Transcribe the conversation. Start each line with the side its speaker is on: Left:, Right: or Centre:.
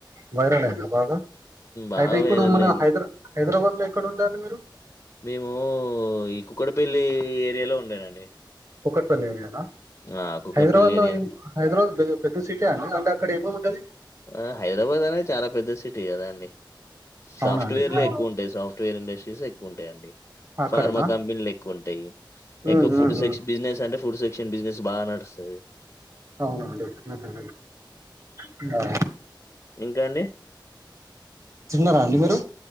Right: వైరలైంద బాగా
Left: బాగా
Right: అయితే ఇప్పుడు
Left: వైరల్
Right: మన
Left: అయింది
Right: హైదరా హైదరాబాద్ లో ఎక్కడ ఉండాలి మీరు
Left: మేము ఈ కుక్కడపెల్లి ఏరియాలో ఉండేనండి
Right: కూకట్పల్లి ఏరియా నా
Left: ఆ కుక్కరపల్లి
Right: హైదరాబాద్
Left: ఏరియా
Right: లో ఏం హైదరాబాద్ పెద్ద పెద్ద సిటీ ఆ ఆండీ అంటే అది అకడేముంటది
Left: ఆ హైదరాబాద్ అనేది చాలా పెద్ద సిటీ కదా అండి సాఫ్ట్వేర్లే
Right: అవునా అండి ఆహా.
Left: ఎక్కువ ఉంటాయి సాఫ్ట్వేర్ ఇండస్ షీస్ ఎక్కువ ఉంటయండి
Right: అక్కడనా
Left: ఫార్మా కంపెనీలు ఎక్కువుం టయి
Right: ఉమ్,
Left: ఎక్కువ
Right: ఉమ్,
Left: ఫుడ్ సెక్ష్
Right: ఉమ్.
Left: బినె అంటే ఫుడ్ సెక్ క్షన్ బిజినెస్ బా నడుస్తది
Right: అవునండి నాకు తెలీదు ఆ
Left: ఇంకాండి
Right: తిన్నారా అండి మీరు